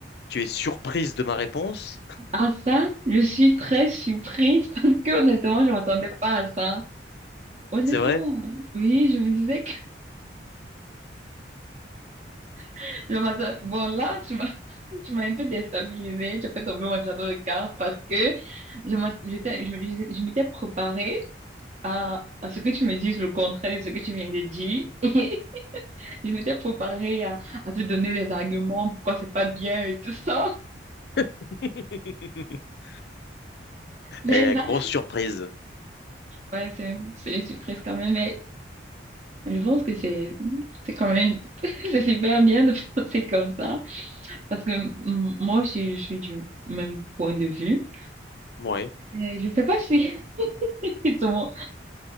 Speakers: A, on the left; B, on the right.
A: tu es surprise de ma réponse,
B: À ça, je suis très surprise <laughs> parce que honnêtement, je m'attendais pas à ça. Honnêtement,
A: c'est vrai?
B: oui, je me disais que <laughs> je m'attendais. Bon, là, tu m'as, <laughs> tu m'as un peu déstabilisée. Tu as fait tomber mon château de cartes parce que je m'att- j'étais- je, me- je m'étais préparée à, à ce que tu me dises le contraire de ce que tu viens de dire. <laughs> Et je m'étais préparée à, à te donner des arguments pourquoi c'est pas bien et tout ça.
A: <laughs>
B: Mais
A: Eh,
B: là,
A: grosse surprise.
B: ouais, c'est une, c'est une surprise quand même. Je pense que c'est c'est quand même <laughs> c'est super bien de <laughs> penser comme ça parce que mm, moi aussi je suis du même point de vue.
A: Ouais,
B: Euh, je sais pas si <laughs> justement